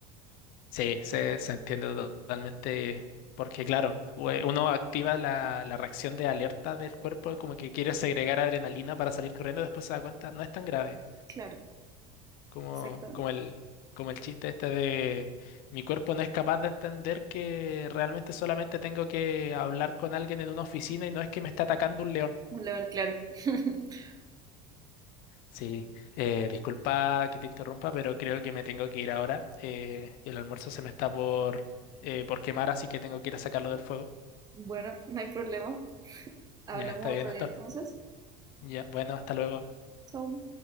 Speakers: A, on the left; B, on the right.
A: Sí, se, se entiende totalmente porque, claro, ue- uno activa la, la reacción de alerta del cuerpo, como que quiere segregar adrenalina para salir corriendo, después se da cuenta, no es tan grave
B: Claro,
A: como,
B: exactamente.
A: como el, como el chiste este de mi cuerpo no es capaz de entender que realmente solamente tengo que hablar con alguien en una oficina y no es que me está atacando un león.
B: Un león claro. <laughs>
A: Sí, eh, disculpa que te interrumpa, pero creo que me tengo que ir ahora. eh, el almuerzo se me está por, eh, por quemar, así que tengo que ir a sacarlo del fuego.
B: Bueno, no hay problema. Hablamos
A: Ya, está bien,
B: otro
A: Astor.
B: día entonces.
A: Ya, bueno, hasta luego.
B: Chau.